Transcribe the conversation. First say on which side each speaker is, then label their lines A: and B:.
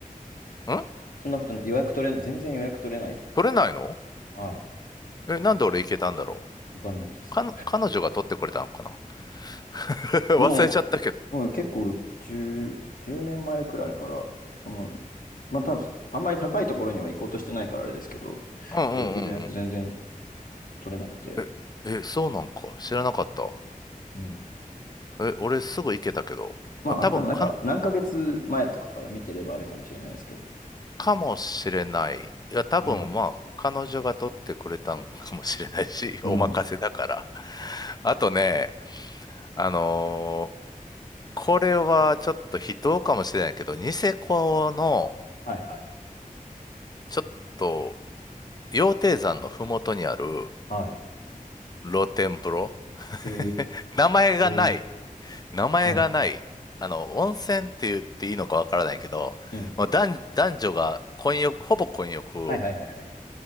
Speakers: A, on the left; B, on the left.
A: ん
B: そんなことない。予約取れん、全然予約取れない。
A: 取れないの
B: はい。
A: え、なんで俺行けたんだろ
B: わかんないです。
A: う。かの、彼女が取ってくれたのかな <laughs>
B: もう、
A: 忘れちゃったけど。
B: もう結構10、10年前くらいから、その、まあ多分、あんまり高いところには行こうとしてないからあれですけど、
A: うんうんうん
B: 予約全然取れなくて。
A: うん。え、え、そうなんか。知らなかった。
B: うん。
A: え、俺すぐ行けたけど。
B: まああれかな、
A: あ、多分か、
B: なんか何ヶ月前とかから見てればあれかもしれないですけど。
A: かもしれない。いや、多分まあ、
B: うん。
A: 彼女が取ってくれたんかもしれないし、<laughs>
B: うん。
A: お任せだから。あとね、あのーこれはちょっと非道かもしれないけど、ニセコの、
B: はいはい。
A: ちょっと、羊蹄山のふもとにある
B: はい。
A: 露天風呂。<laughs>
B: へ
A: 名前がない。
B: え。
A: 名前がない。
B: うん。
A: あの、温泉って言っていいのかわからないけど、
B: うん。
A: もう男、男女が混浴、ほぼ混浴
B: はいはいはいはい。